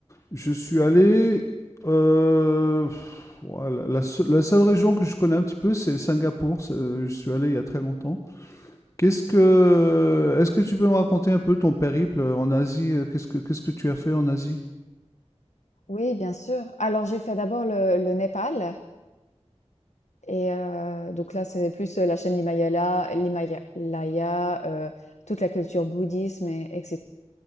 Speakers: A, on the left (about 25°); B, on the left (about 85°).
A: Je suis allé. euh, pff, ouais, la, la seule la seule région que je connais un petit peu, c'est Singapour. C'est- euh, Je suis allé il y a très longtemps. Qu'est-ce que, est-ce que tu peux me raconter un peu ton périple en Asie? Qu'est-ce que, qu'est-ce que tu as fait en Asie?
B: oui, bien sûr. Alors, j'ai fait d'abord le le Népal et heu, donc là, c'est plus, heu, la chaîne l'Himalaya l'Himalaya, heu, toute la culture bouddhisme et et